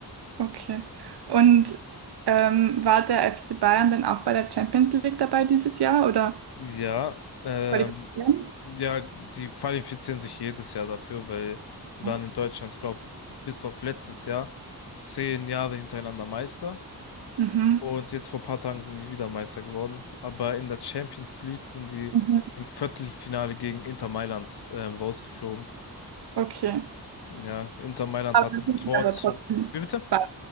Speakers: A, on the right (about 75°); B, on the left (about 80°).
A: Okay. Und ähm, war der FC Bayern denn auch bei der Champions League dabei dieses Jahr oder
B: Ja, ähm,
A: qualifizieren?
B: ja, die qualifizieren sich jedes Jahr dafür, weil die
A: Ja.
B: waren in Deutschland, glaube bis auf letztes Jahr zehn Jahre hintereinander Meister.
A: Mhm.
B: Und jetzt vor ein paar Tagen sind die wieder Meister geworden. Aber in der Champions League sind die
A: Mhm.
B: im Viertelfinale gegen Inter Mailand ähm, rausgeflogen.
A: Okay.
B: Ja, Inter Mailand
A: Aber
B: hat
A: dann
B: ein Tor
A: sind sie aber
B: zu.
A: trotzdem
B: Wie bitte?
A: weit.